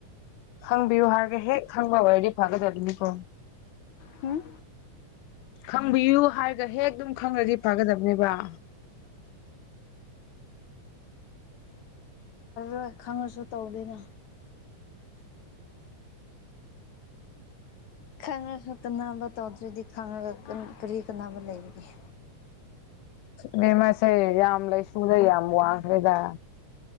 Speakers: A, on the left (about 80°); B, on the left (about 65°).
A: ꯈꯪꯕꯤꯌꯨ ꯍꯥꯏꯔꯒꯦ ꯍꯦꯛ ꯈꯪꯕ ꯑꯣꯏꯔꯗꯤ ꯐꯒꯗꯕꯅꯤꯀꯣ
B: ꯍꯨꯝ
A: ꯈꯪꯕꯤꯌꯨ ꯍꯥꯏꯔꯒ ꯍꯦꯛ ꯑꯗꯨꯝ ꯈꯪꯔꯗꯤ ꯐꯥꯒꯗꯕꯅꯦꯕ
B: ꯈꯔ ꯈꯪꯉꯁꯨ ꯇꯧꯗꯦꯅ ꯈꯪꯉꯁꯨ ꯀꯥꯟꯅꯕ ꯇꯧꯗ꯭ꯔꯗꯤ ꯈꯪꯉꯒ ꯀꯔꯤ ꯀꯥꯟꯅꯕ ꯂꯩꯕꯒꯦ
A: ꯃꯤ ꯑꯃꯁꯦ ꯌꯥꯝ ꯂꯩꯁꯨꯗ ꯌꯥꯝ ꯋꯥꯡꯈ꯭ꯔꯦꯗ